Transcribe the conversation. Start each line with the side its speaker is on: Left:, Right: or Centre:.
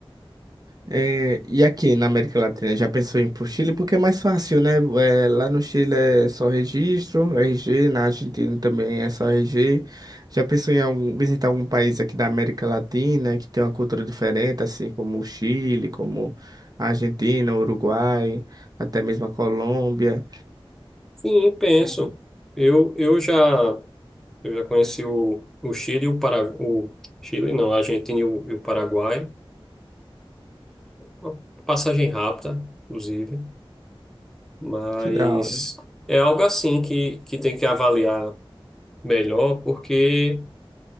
Right: É, e aqui na América Latina, já pensou em ir pro Chile? Porque é mais fácil, né? É, lá no Chile é só registro, RG, na Argentina também é só RG. Já pensou em algum- visitar algum país aqui da América Latina que tem uma cultura diferente, assim como o Chile, como a Argentina, o Uruguai, até mesmo a Colômbia?
Centre: Sim, penso.
Right: Pô,
Centre: Eu, eu já, eu já conheci o, o Chile, e o Para, o Chile, não, a Argentina e o, e o Paraguai. Uma passagem rápida, inclusive. Mas
Right: Que da hora.
Centre: é algo assim que, que tem que avaliar melhor, porque